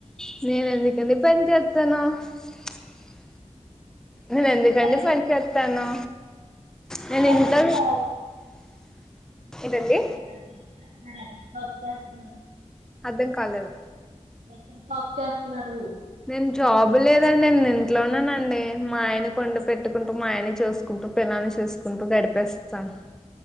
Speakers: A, in the centre; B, on the right.
A: <unintelligible> నేను ఎందుకండి
B: మరి
A: పని చెస్తాను
B: మరి
A: నేను
B: ఎక్కడ
A: ఇంట్లో
B: జాబ్ <inaudible>
A: ఏంటండి
B: <unintelligible>
A: అర్థం కాలేదు
B: ఎక్కడ జాబ్ చేస్తున్నారు
A: నేను జాబ్ లేదండి నేను ఇంట్లోనేనండీ మా ఆయని వండి పెట్టుకుంటూ మా ఆయని చూసుకుంటూ పిల్లల్ని చూసుకుంటూ గడిపేస్తాను